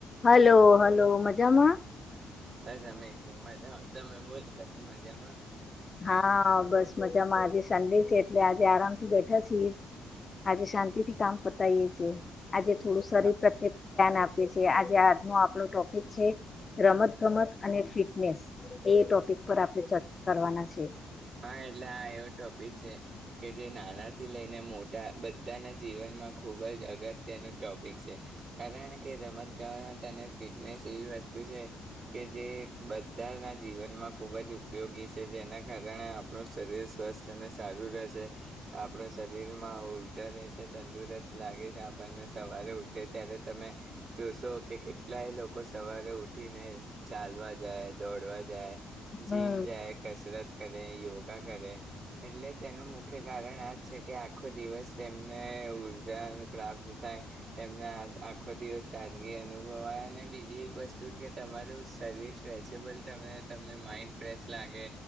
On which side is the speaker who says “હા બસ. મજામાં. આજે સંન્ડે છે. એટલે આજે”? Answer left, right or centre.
Left